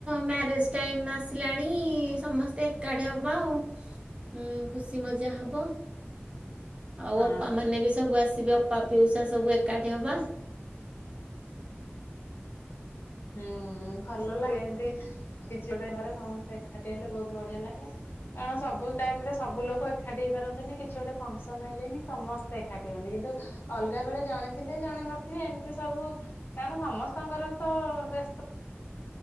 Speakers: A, on the right; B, on the left.
A: ମ୍ୟାରେଜେ ଟାଇମି ଆସିଲାଣି ସମସ୍ତେ ଏକାଠି ହବା ଆଉ। ଉଁ ଖୁସି ମଜା ହବ। ଆଉ
B: ହଁ।
A: ଅପା ମାନେ ବି ସବୁ ଆସିବେ ଅପା ପିଉସା ସବୁ ଏକାଠି ହବା।
B: ହୁଁ ଭଲ ଲାଗେ ଏମତି କିଛି ଗୋଟେ ଘରେ ସମସ୍ତେ ଏକାଠି ହେଲେ ବହୁତ ବଢିଆ ଲାଗେ। କାରଣ ସବୁ ଟାଇମି ରେ ସବୁ ଲୋକ ଏକାଠି ହେଇପାରନ୍ତି ନେହିଁ କିଛି ଗୋଟେ ଫଙ୍କସନ୍ ହେଲେ ହିଁ ସମସ୍ତେ ଏକାଠି ହୁଅନ୍ତି। କିନ୍ତୁ ଅଲଗା ବେଳେ ଜଣେ ଥିଲେ ଜଣେ ନଥିବେ ଏମିତି ସବୁ କାରଣ ସମସ୍ତଙ୍କର ତ ବ୍ୟସ୍ତ।